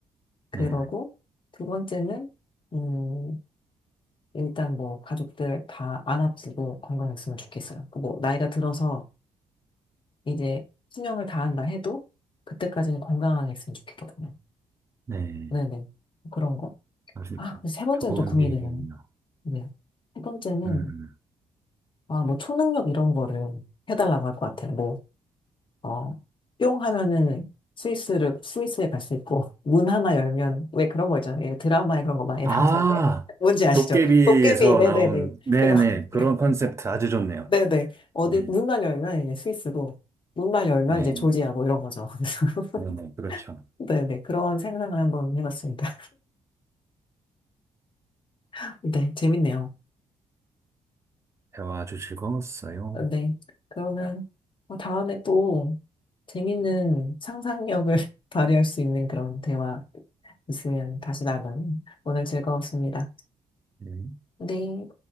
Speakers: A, on the left (about 30°); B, on the right (about 15°).
A: 그러고,
B: 네,
A: 두 번째는, 음, 일단 뭐, 가족들 다 안 아프고 건강했으면 좋겠어요. 그 뭐, 나이가 들어서 이제 수명을 다한다 해도, 그때까지는 건강하게 했으면 좋겠거든요.
B: 네. 네.
A: 네네. 그런 거.
B: 아주
A: 아, 근데 세 번째는
B: 좋은
A: 좀 고민이
B: 계획이네요.
A: 되네요. 네. 세 번째는,
B: 음. 음.
A: 아, 뭐 초능력 이런 거를 해달라고 할 것 같아요. 뭐, 어, 뿅 하면은 스위스를, 스위스에 갈 수 있고, 문 하나 열면, 왜 그런 거 있잖아요. 드라마에 그런 거 많이
B: 아,
A: <laughs> 나오는데. 뭔지 아시죠?
B: 도깨비에서
A: 도깨비, 네네네.
B: 나온, 네네.
A: 그런,
B: 그런
A: 게.
B: 컨셉트
A: <laughs>
B: 아주 좋네요.
A: 네네. 어디,
B: 네,
A: 문만 열면 이제 스위스고, 문만 열면
B: 네.
A: 이제 조지하고 이런 거죠. <laughs>
B: 네네. 그렇죠.
A: 그래서 네네. 그런 생각을 한번 해봤습니다. <laughs> 네, 재밌네요.
B: 대화 아주 즐거웠어요.
A: 어, 네. 그러면 어, 다음에 또 재밌는 상상력을 <laughs> 발휘할 수 있는 그런 대화 있으면 다시 나눠요. 오늘 즐거웠습니다.
B: 네.
A: 네.